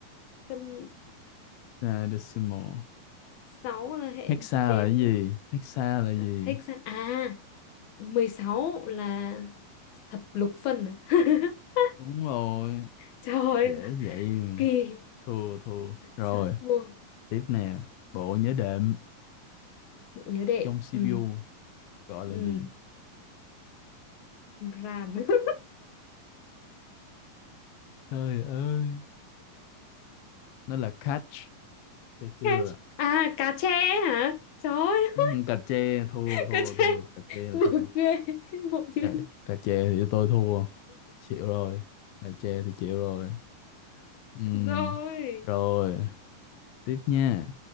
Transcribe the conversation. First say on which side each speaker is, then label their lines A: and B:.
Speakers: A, on the left (about 70°); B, on the left (about 85°).
A: phân nhị
B: hexadecimal
A: sáu là hệ
B: hexa
A: đếm
B: là cái gì hexa là gì
A: à, hexa à 16 là thập lục phân à? <laughs>
B: đúng rồi
A: trời ơi
B: dễ
A: mà
B: vậy mà.
A: kỳ
B: thua thua rồi
A: trời thua
B: tiếp nè bộ nhớ đệm
A: bộ nhớ đệm
B: trong CPU
A: ừ
B: gọi
A: ừ
B: là gì
A: ram <laughs>
B: trời ơi nó là cache cà chưa
A: Cache. à cá tre hả trời ơi
B: Ừ, cà chê thua
A: <laughs>
B: thua
A: cá tre
B: thua cà chê là
A: buồn
B: thua
A: ghê bộ nhớ
B: cà,
A: đệm
B: cà chê thì tôi thua chịu rồi cà chê thì chịu rồi Ừm,
A: rồi
B: rồi tiếp nha